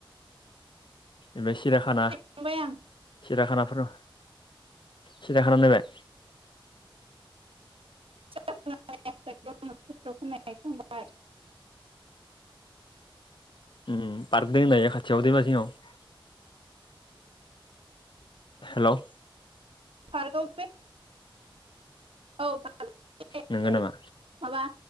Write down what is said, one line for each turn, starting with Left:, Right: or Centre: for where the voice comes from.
Left: ओमफ्राय सिरियाखाना
Right: थांनायखांबाय आं
Left: सिराखानाफोर सिराखाना नायबाय
Right: <unintelligible>
Left: उम पारदों एउ खाथियावदों दैमा जिंआव हेलौ
Right: पार्कआव औ <unintelligible>
Left: नंगौ नामा
Right: माबा